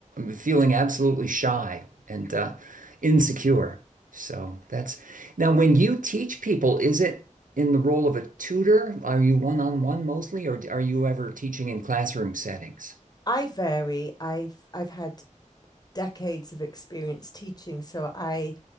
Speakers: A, on the right; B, on the left.
A: feeling absolutely shy and uh, insecure. So that's now when you teach people, is it in the role of a tutor? Are you one-on-one mostly, or are you ever teaching in classroom settings?
B: I vary. I've I've had decades of experience teaching. So I